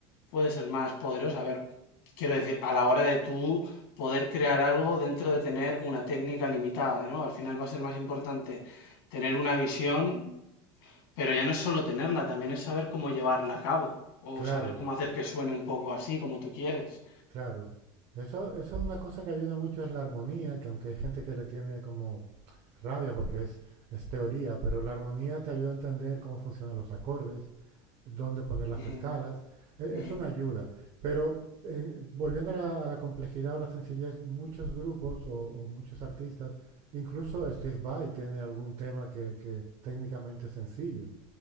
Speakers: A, on the left; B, on the right.
A: puede ser más poderosa. A ver, quiero decir, a la hora de tú poder crear algo dentro de tener una técnica limitada, ¿no? Al final va a ser más importante tener una visión, pero ya no es solo tenerla, también es saber cómo llevarla a cabo o
B: claro,
A: saber cómo hacer que suene un poco así como tú quieres.
B: claro. Eso, eso es una cosa que ayuda mucho, es la armonía, que aunque hay gente que le tiene como rabia porque es, es teoría, pero la armonía te ayuda a entender cómo funcionan los acordes, dónde poner las
A: Ujú,
B: escalas. E-
A: ujú,
B: Es una ayuda, pero eh, volviendo a la, a la complejidad o la sencillez, muchos grupos o, o muchos artistas, incluso Steve Vai tiene algún tema que, que técnicamente es sencillo.